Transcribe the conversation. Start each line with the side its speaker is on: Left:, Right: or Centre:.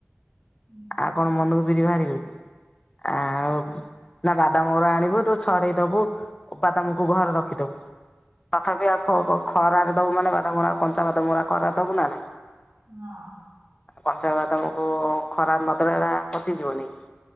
Right: <unintelligible>
Left: ଆଉ କଣ ମନକୁ ବିିରି ବାହାରିବ କି? ଆଉ ସିନା ବାଦାମଗୁରା ଆଣିବୁ ତୁ ଛଡେଇ ଦବୁ ବାଦାମକୁ ଘରେ ରଖିଦବୁ। ତଥାପି ଆଉ ଖ-ଖ-ଖରାରେ ଦବୁ ମାନେ, ବାଦମଗୁରା କଞ୍ଚା ବାଦମଳା ଖରା ଦବୁ ନା ନାଇଁ?
Right: ହଁ ଅଁ
Left: ଆଉ କଞ୍ଚା ବାଦାମକୁ ଖରାରେ ନ ଦେଲେ ହେରା ପଚିଯିବନି କି?